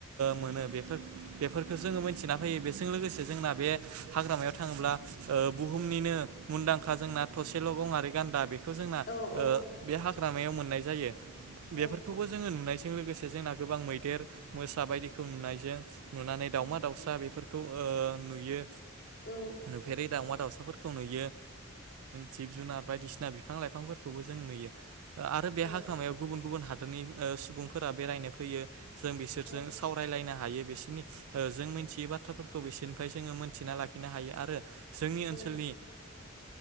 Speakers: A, on the right; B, on the left.
A: मोनो। बेफोर-बेफोर बेखौ जोङो मोनथिना फैयो बेजों लोगोसे जोंना बे हाग्रामायाव थाङोब्ला बुहुमनिनो मुंदांखा जोंना थसेल' गङारि गान्दा बे बेखौ जोंना
B: औ औ
A: बे हाग्रामायाव मोननाय जायो। बेफोरखौबो
B: औ
A: जोङो नुनायसै। जों लोगोसे जोंना गोबां मैदेर मोसा बायदिखौ नुनायजों नुनानै
B: उम
A: दाउमा दाउसा बेफोर ओ नुयो।
B: औ
A: नुफेरै दाउमा दाउसाफोर नुयो। जिब जुनार बायदिसिना बिफां लाइफां बिफांफोरखौबो जों नुयो। आरो बे
B: औ
A: हाग्रामायाव गुबुन हादोरनि सुबुंफोरा बेरायनो फैयो। जों बिसोरजों
B: औ
A: सावरायलायनो हायो। बिसोरनि जों मिथियै बाथ्राफोर खौ बिसोरनिफ्राय जोङो मोनथिना लाखिनो हायो। आरो जोंनि ओनसोलनि
B: औ